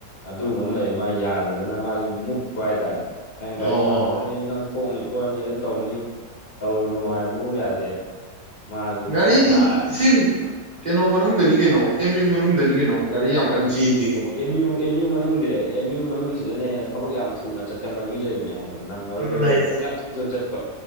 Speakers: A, on the left (about 35°); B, on the right (about 25°).
A: ꯑꯗꯨꯒꯨꯝꯕ ꯑꯃ ꯂꯩ ꯃꯥ ꯌꯥꯗꯗꯅ꯫ ꯑꯗꯨꯅ ꯃꯥꯖꯨ ꯃꯨꯛꯄ ꯍꯥꯏꯇꯥꯔꯦ ꯑ
B: ꯑꯣ
A: ꯒꯥꯔꯤ ꯉꯥꯛꯇꯅꯦ ꯅꯪꯁꯨ꯫ ꯄꯣꯛꯅꯤ ꯈꯣꯠꯅꯤ ꯑꯗꯨ ꯇꯧꯅꯤ ꯇꯧꯔꯨꯅꯨ ꯍꯥꯏꯕꯕꯨ ꯌꯥꯗꯦ꯫ ꯃꯥꯁꯨ
B: ꯒꯥꯔꯤ
A: ꯃꯥ
B: ꯁꯤ ꯁꯤ ꯀꯩꯅꯣ ꯃꯅꯨꯡꯗꯅꯤ ꯀꯩꯅꯣ ꯑꯦꯝ ꯌꯨ ꯃꯅꯨꯡꯗꯅꯤ ꯀꯩꯅꯣ ꯒꯥꯔꯤ ꯌꯥꯝ꯫ ꯀꯟꯅ ꯆꯦꯟꯗꯦ ꯀꯩꯅꯣ
A: ꯑꯦꯝ ꯌꯨ ꯑꯦꯝ ꯌꯨ ꯃꯅꯨꯡꯖꯦ ꯑꯦꯝ ꯌꯨ ꯃꯅꯨꯡꯁꯤꯗꯅ ꯍꯦꯟꯅ ꯊꯕꯛ ꯌꯥꯝ ꯊꯨꯅ ꯆꯠ꯫ ꯀꯟꯕ ꯃꯤ ꯂꯩꯕꯅꯦ ꯍꯥꯏꯕ ꯅꯪꯉꯔꯣꯏꯗꯕꯩ
B: ꯂꯩ
A: ꯇꯥꯏꯕ ꯊꯕꯛ ꯌꯥꯝ ꯊꯨ ꯊꯨꯅ ꯆꯠꯄ꯫